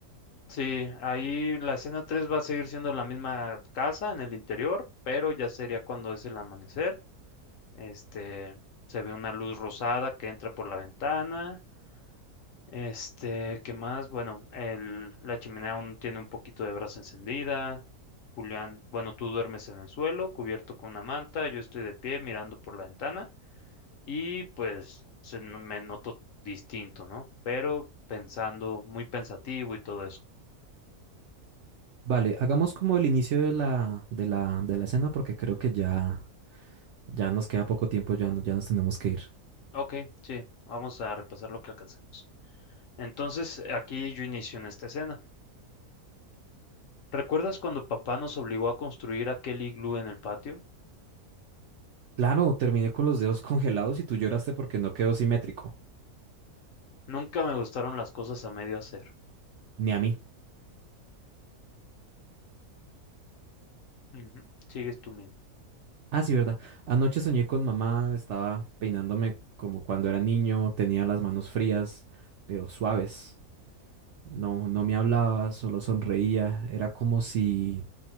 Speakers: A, on the left; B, on the right.
A: Sí, ahí la escena 3 va a seguir siendo la misma casa en el interior, pero ya sería cuando es el amanecer. Este, se ve una luz rosada que entra por la ventana. Este, ¿qué más? Bueno, el, la chimenea aún tiene un poquito de brasa encendida. Julián, bueno, tú duermes en el suelo, cubierto con una manta, yo estoy de pie mirando por la ventana y pues se, n- me noto distinto, ¿no? Pero pensando, muy pensativo y todo eso.
B: Vale, hagamos como el inicio de la, de la, de la escena porque creo que ya, ya nos queda poco tiempo, ya, no- ya nos tenemos que ir.
A: Ok, sí, vamos a repasar lo que alcancemos. Entonces, aquí yo inicio en esta escena. ¿Recuerdas cuando papá nos obligó a construir aquel iglú en el patio?
B: Claro, terminé con los dedos <laughs> congelados y tú lloraste porque no quedó simétrico,
A: Nunca me gustaron las cosas a medio hacer.
B: ni a mí.
A: Ujú, Sigues tú mismo.
B: Ah, sí, verdad. Anoche soñé con mamá, estaba peinándome como cuando era niño, tenía las manos frías, pero suaves. No, no me hablaba, solo sonreía. Era como si,